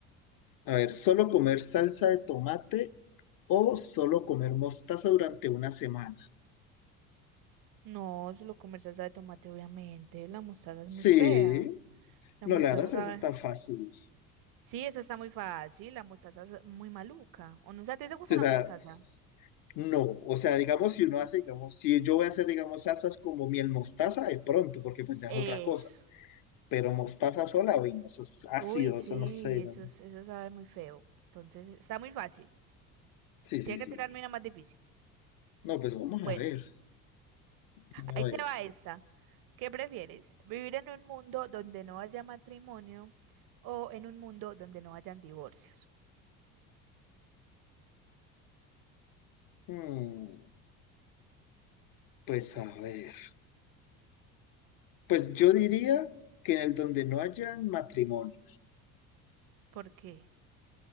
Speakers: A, on the left; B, on the right.
A: a ver, ¿solo comer salsa de tomate o solo comer mostaza durante una semana?
B: No, solo con salsa de tomate, obviamente. La mostaza es
A: Sí,
B: muy fea. La
A: No,
B: mostaza
A: la verdad
B: sabe.
A: es que es tan fácil.
B: Sí, eso está muy fácil. La mostaza es muy maluca. ¿O no? O sea, ¿a ti te gusta
A: O
B: la
A: sea,
B: mostaza?
A: no. O sea, digamos, si uno hace, digamos, si yo voy a hacer, digamos, salsas como miel mostaza, de pronto, porque pues ya
B: Eso.
A: es otra cosa. Pero mostaza sola, uy, no, eso es ácido,
B: Uy, sí,
A: eso no sé,
B: eso,
A: no.
B: es- eso sabe muy feo. Entonces, está muy fácil.
A: Sí, sí,
B: Tiene
A: sí.
B: que tirarme una más difícil.
A: No, pues vamos
B: Bueno,
A: a ver. Dime a
B: ahí
A: ver.
B: te va esta. ¿Qué prefieres? ¿Vivir en un mundo donde no haya matrimonio o en un mundo donde no hayan divorcios?
A: Mm, pues a ver. Pues yo diría que en el donde no haya matrimonio.
B: ¿Por qué?